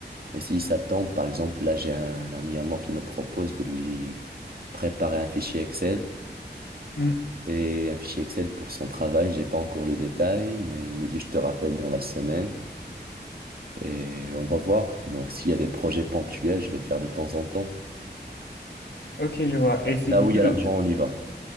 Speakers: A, on the right; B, on the left.
A: Et si ça tombe, par exemple, là, j'ai un ami à moi qui me propose de lui préparer un fichier Excel
B: Hmm.
A: et un fichier Excel pour son travail. J'ai pas encore le détail, mais il me dit, je te rappelle dans la semaine et on va voir. Donc, s'il y a des projets ponctuels, je vais faire de temps en temps.
B: Ok, je vois.
A: Là,
B: Et c'est
A: là
B: du
A: où
B: coup
A: il y a
B: de.
A: l'argent, on y va.